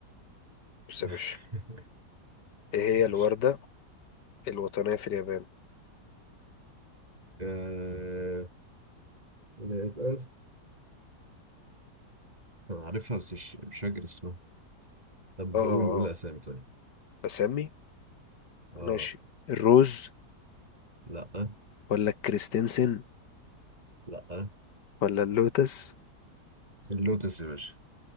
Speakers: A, on the left; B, on the right.
A: بص
B: <laughs>
A: يا باشا ايه
B: ماشي
A: هي الوردة الوطنية في اليابان
B: آه، اللي اتقال انا عارفها بس مش مش فاكر اسمها طب
A: اه
B: بقول
A: اه
B: قول
A: آه.
B: اسامي طيب
A: اسامي
B: اه
A: ماشي الروز
B: لا
A: ولا الكريستنسن
B: لا
A: ولا اللوتس
B: اللوتس يا باشا